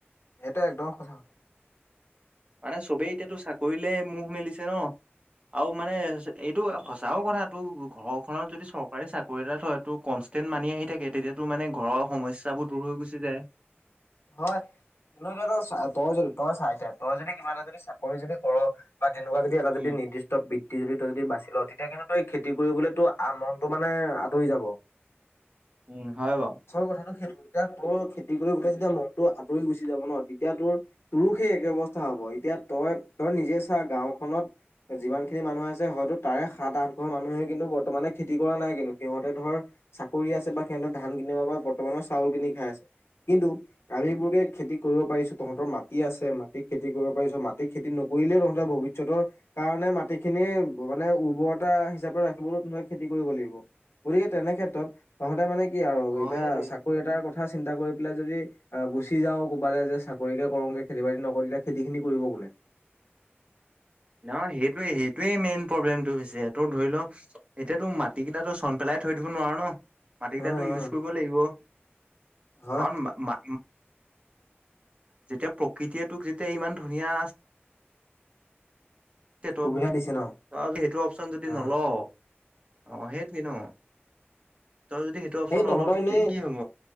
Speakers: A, on the left; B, on the right.
A: এটা একদম সঁচা।
B: মানে চবেই এতিয়াতো চাকৰিলে মোহ মেলিছে ন! আও মানে এইটো সঁচাও কথাটো ঘৰখনত যদি চৰকাৰী চাকৰি এটা থয় তো কনচ ষ্টেণ্ড মানি আহি থাকে তেতিয়াতো মানে ঘৰৰ সমস্যাবোৰ দূৰ হৈ গুচি যায়।
A: হয়, কিন্তু তই চা তই যদি, তই চা এতিয়া, তই যদি কিবা এটা যদি চাকৰি যদি কৰ বা তেনেকুৱা যদি এটা
B: উম
A: যদি নিৰ্দিষ্ট বৃত্তি যদি তই যদি বাচি লৱ তেতিয়া কিন্ত তই খেতি কৰিবলৈতো আমনটো মানে আঁতৰি যাব।
B: উম হয় বাও।
A: আচল কথাটো সেইটো এতিয়া তয়ো খেতি কৰি উঠাইছিল। য়া, মনতটো আঁতৰি গুচি যাব ন, তেতিয়া তোৰ তোৰো সেই একে অৱস্থা হব এতিয়া তই, তই নিজে চা গাঁওখনত যিমান খিনি মানুহ আছে হয়তো তাৰে সাত আঠ ঘৰ মানুহে কিন্তু বৰ্তমানে খেতি কৰা নাই কিন্তু, সিহঁতে ধৰ চাকৰি আছে বা সিহঁতৰ ধান কিনিব বা বৰ্তমানৰ চাউল কিনি খাই আছে। কিন্তু আম বোৰে খেতি কৰিব পাৰিছো তহঁতৰ মাটি আছে, মাটিত খেতি কৰিব পাৰিছ মাটিত খেতি নকৰিলেও তহঁতে বহুত ভৱিষ্যতৰ কাৰণে মাটিখিনি মানে উৰ্বৰতা হিচাপে ৰাখিবলৈ কোনোবাই খেতি কৰিব লাগিব। গতিকে তেনে ক্ষেত্ৰত, তহঁতে মানে কি আৰু
B: অ
A: এতিয়া
B: সেইটোৱে
A: চাকৰি এটাৰ কথা চিন্তা কৰি পেলাই যদি অ', গুচি যাৱ ক'বালে যে চাকৰিকে কৰোংগে খেতি বাতি নকৰিলে খেতি খিনি কৰিব কোনে!
B: নহ সেইটোৱে, সেইটোৱে মেইন প্ৰব্লেমটো হৈছে তোৰ ধৰি ল, এতিয়াতো মাটি কিটাটো চন পেলাই থৈ দিব নোৱাৰো ন! মাটি কিটাটো
A: উম
B: ইউজ
A: উম
B: কৰিব লাগিব।
A: হয়।
B: কাৰণ মা- মা যেতিয়া প্ৰকৃতিয়ে তোক যেতিয়া ইমান ধুনীয়া তিয়া তই
A: সুবিধা
B: বো,
A: দিছে ন
B: সেইটো অপচন যদি
A: উম।
B: নলৱ অ', সেইটোৱে ন! তই যদি সেইটো অপচন
A: সেই
B: নলও
A: তহঁতৰ
B: তেতিয়া
A: এনেই,
B: কি হব